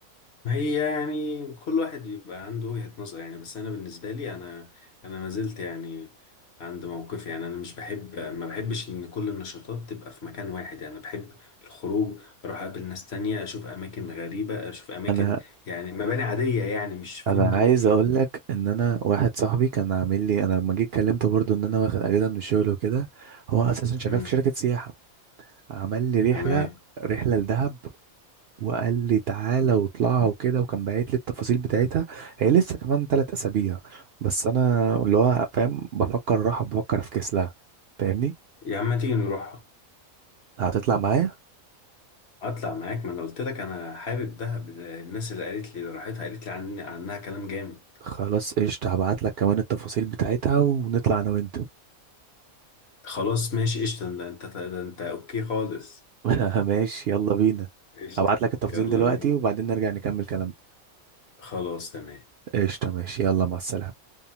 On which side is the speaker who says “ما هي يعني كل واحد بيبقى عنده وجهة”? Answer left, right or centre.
Left